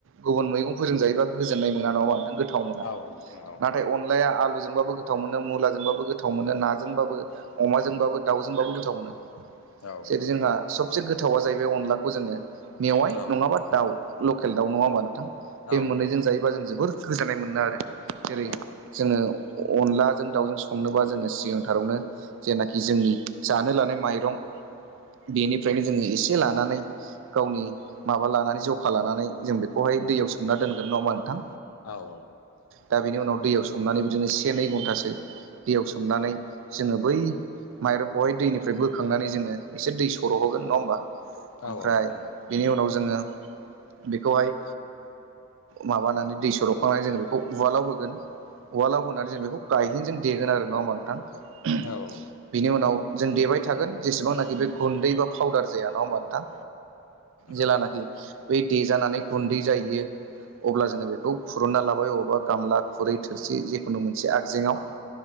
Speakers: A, on the right; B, on the left.
A: गुबुन मैगंफोरजों जायोबा। गोजोननाय मोना नङा होमबा नोंथां गोथाव मोना
B: औ नोंथां औ नोंथां
A: नाथाइ अनलाया आलुजोंबाबो गोथाव मोनो मुलाजोंबाबबो गोथ गोथाव मोनो नाजोंबाबो अमाजोंबाबो दाउजोंबाबो गोथाव मोनो
B: औ
A: जेरै
B: नोंथां
A: जोंहा। सबसे गोथावा जाहैबाय अनलाखौ जोङो मेवाइ
B: औ
A: नङाबा दाउ लकेल दाउ नङा होमबा नोंथां? बे
B: औ नोंथां औ नोंथां
A: मोननैजों जायोबा जों जोबोर गोजोननाय मोनो आरो जेरै
B: औ नोंथां औ
A: जोङो। अनलाजों दाउजों संनोबा जोङो सिगांथारावनो जेनाखि जोंनि जानो लानाय माइरं बेनिफ्रायनो जोङो एसे लानानै गावनि माबा लानानै जखा लानानै जों बेखौ बेहाय
B: औ
A: दैयाव
B: नोंथां औ नोंथां औ नोंथां औ नोंथां
A: सोमना दोनगोन नङा नोंथां
B: औ औ
A: दा बेनि उनाव दैयाव सोमनानै बिदिनो से नै घन्टासो दैयाव सोमनानै जोंङो बै माइरंखौहाय दैनिफ्राय बोखांनानै जोङो एसे दै सर' होगोन नंङा होमबा
B: औ
A: ओमफ्राय
B: औ नोंथां
A: बेनि उनाव जोंङो बेखौहाय माबानानै दै सरबखांनानै जोङो बेखौ उवालाव होगोन उवालाव होनानै जों बेखौ गायहेन जों देगोन आरो नङा होमबा नोंथां
B: औ औ
A: बिनि उनाव जों देबाय थागोन जेसेबांनाखि बे गुन्दै बाउदार जाया नङा होनोमबा नोंथां जेेलानाखि
B: नोंथां औ
A: बै देजानानै गुन्दै जाहैयो अब्ला जोङो बेखौ खुरुनना लाबाय अबेावबा गामला खुरै थोरसि जिखुनु मोनसे आगजेंआव।